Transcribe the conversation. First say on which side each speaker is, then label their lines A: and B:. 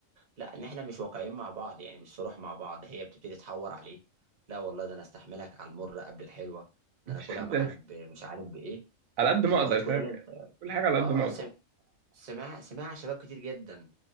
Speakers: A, on the right; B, on the right.
A: لا ان احنا مش واقعيين مع بعض يعني مش صروح مع بعض هي بتبتدي تحور عليه لا والله ده انا استحملك على المر قبل الحلوه
B: مفيش
A: ان انا اكلها
B: حد
A: معاك ب- مش عارف بايه
B: على قد
A: بالحوارات
B: ما اقدر
A: كلها
B: فاهم
A: اللي
B: يعني
A: انت
B: كل حاجه على قد
A: اه
B: ما اقدر
A: سم- سمع سمع شباب كتير جدا